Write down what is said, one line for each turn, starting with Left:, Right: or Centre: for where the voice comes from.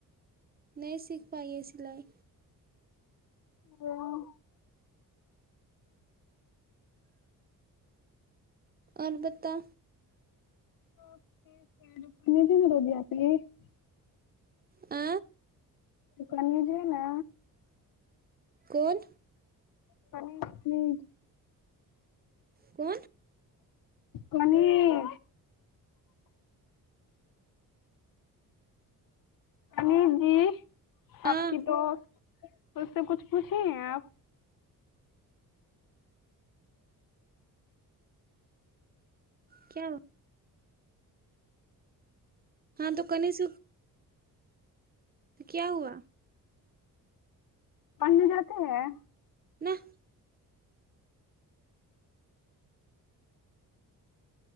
Right: نہیں سیکھ پائی ہےسیلائی
Left: ہاں
Right: البتہ
Left: اوکے <unintelligible>
Right: آ
Left: کل کالج ہے نا
Right: کون
Left: سمیر ھمم
Right: کون
Left: سمیر <unintelligible> جی
Right: ہاں
Left: آپ کی دوست اس سے کچھ پوچھے ہیں آپ
Right: کیا ہاں توکنیز تو کیا ہوا
Left: پڑھنے جاتے ہیں
Right: ناہ